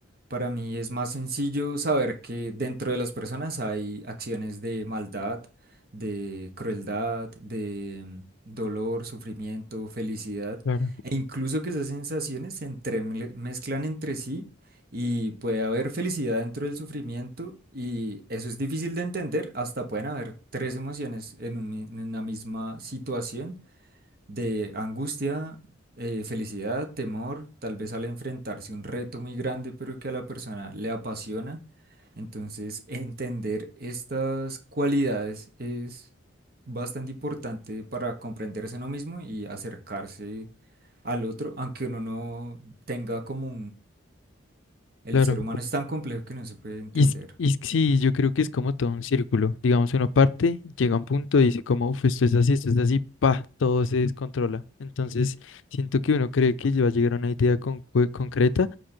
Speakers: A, on the right (about 50°); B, on the left (about 75°).
A: Para mí es más sencillo saber que dentro de las personas hay acciones de maldad, de crueldad, de mm, dolor, sufrimiento, felicidad,
B: Claro,
A: e incluso que esas sensaciones se entremezclan entre sí y puede haber felicidad dentro del sufrimiento y eso es difícil de entender, hasta pueden haber tres emociones en, un mi- en una misma situación de angustia, eh, felicidad, temor, tal vez al enfrentarse un reto muy grande pero que a la persona le apasiona. Entonces, entender estas cualidades es bastante importante para comprenderse uno mismo y acercarse al otro, aunque uno no tenga como el
B: claro.
A: ser humano es tan complejo que no se puede entender.
B: Y, es- y es que sí, yo creo que es como todo un círculo. Digamos, uno parte, llega a un punto y dice como, uff, esto es así, esto es así, pa, todo se descontrola. Entonces, siento que uno cree que va a llegar a una idea concue- concreta